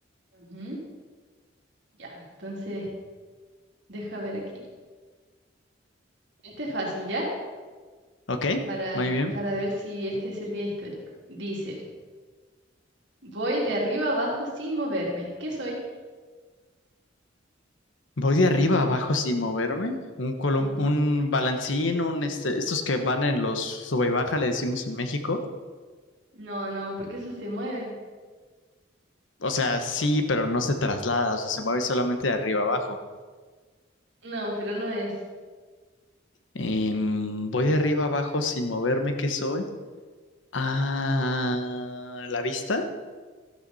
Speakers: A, on the right; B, on the left.
A: Ujú, Ya, entonces, deja ver aquí. Este es fácil, ¿ya?
B: Ok,
A: Para,
B: muy bien.
A: para ver si este es el día histórico. Dice, voy de arriba abajo sin moverme. ¿Qué soy?
B: Voy de arriba a abajo sin moverme. Un colum-
A: Ujú.
B: un balancín, un este, estos que van en los sube y baja, le decimos en México.
A: No, no, porque eso se mueven.
B: O sea, sí, pero no se traslada, o sea, se mueve solamente de arriba a abajo.
A: No, pero no es.
B: Em, voy de arriba a abajo sin moverme, ¿qué soy? Ah, ¿la vista?